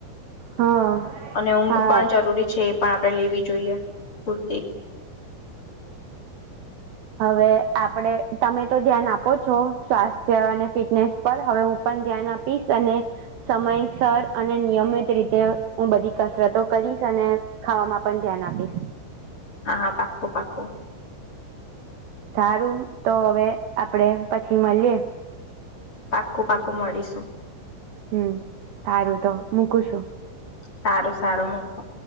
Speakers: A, on the right; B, on the left.
A: હા
B: અને ઊંઘ
A: હા
B: પણ જરૂરી છે એ પણ આપણે લેવી જોઈએ પૂરતી.
A: હવે આપણે તમે તો ધ્યાન આપો છો સ્વાસ્થ્ય અને ફિટનેસ પણ હવે હું પણ ધ્યાન આપીશ અને સમયસર અને નિયમિત રીતે હું બધી કસરતો કરીશ અને ખાવામાં પણ ધ્યાન આપીશ.
B: હા પાકું પાકું.
A: સારું તો હવે આપણે પછી મળીએ.
B: પાકો પાકો મળીશું.
A: હમ્મ સારું તો મૂકું છું.
B: સારું સારું મૂકો.